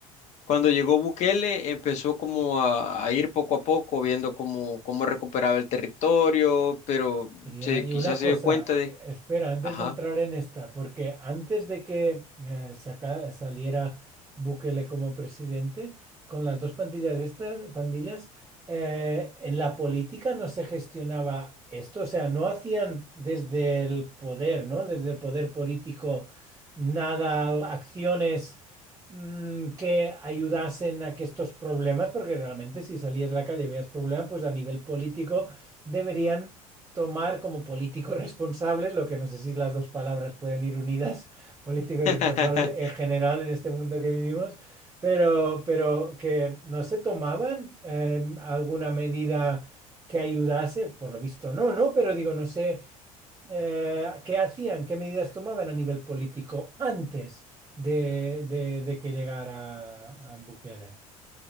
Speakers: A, on the left; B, on the right.
A: Cuando llegó Bukele, empezó como a, a ir poco a poco, viendo cómo, cómo recuperaba el territorio, pero
B: Y
A: se,
B: hay
A: quizás
B: una
A: se
B: cosa,
A: dio cuenta de...
B: espera, antes
A: Ajá.
B: de entrar en esta, porque antes de que eh, saca- saliera Bukele como presidente, con las dos pandillas estas, pandillas, eh, en la política no se gestionaba esto, o sea, no hacían desde el poder, ¿no? Desde el poder político nada, acciones mm, que ayudasen a que estos problemas, porque realmente si salías a la calle y veías problemas, pues a nivel político deberían tomar como políticos responsables, lo que no sé si las dos palabras pueden ir unidas, <laughs> políticos y
A: <laughs>
B: responsables en general en este mundo que vivimos, pero, pero que no se tomaban eh, alguna medida que ayudase, por lo visto no, ¿no? Pero digo, no sé eh, qué hacían, qué medidas tomaban a nivel político antes de, de- de que llegara a, a Bukele.